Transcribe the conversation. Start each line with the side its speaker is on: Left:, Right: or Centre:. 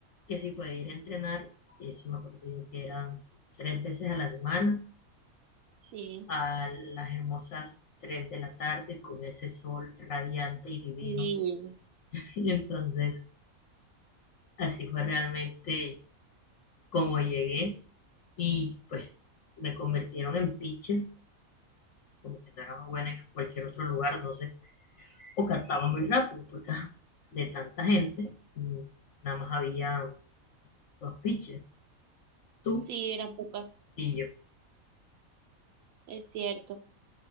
Left: que si podía ir a entrenar, eso me acuerdo yo que eran tres veces a la semana,
Right: Sí,
Left: a las hermosas tres de la tarde con ese sol radiante y divino.
Right: sí,
Left: <laughs> Y entonces así fue realmente como llegué y pues me convirtieron en pitcher, como que no era más buena en cualquier otro lugar, no sé, o cantaba muy rápido porque ajá, de tanta gente, mm, nada más había Los pitchers tú
Right: sí, eran pocas,
Left: y yo.
Right: es cierto.